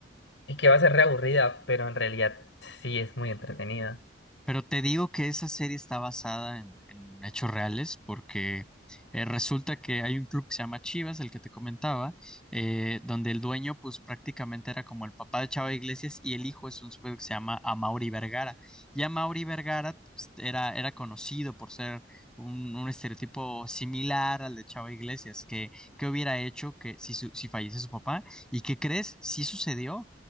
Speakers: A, on the left (about 85°); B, in the centre.
A: y que va a ser reaburrida, pero en realidad sí es muy entretenida.
B: Pero te digo que esa serie está basada en, en hechos reales porque eh, resulta que hay un club que se llama Chivas, el que te comentaba, eh, donde el dueño pues prácticamente era como el papá de Chava Iglesias y el hijo es un sujeto que se llama Amaury Vergara. Y Amaury Vergara pues, era, era conocido por ser un, un estereotipo similar al de Chava Iglesias, que, que hubiera hecho que si, su- si fallece su papá. ¿Y qué crees? Sí sucedió.